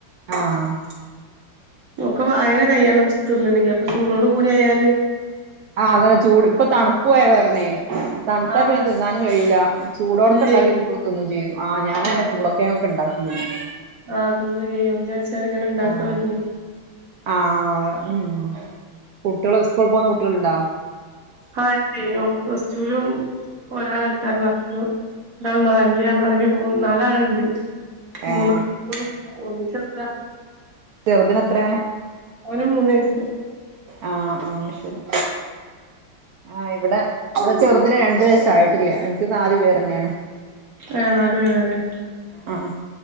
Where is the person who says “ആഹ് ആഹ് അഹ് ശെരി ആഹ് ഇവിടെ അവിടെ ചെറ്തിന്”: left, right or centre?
Right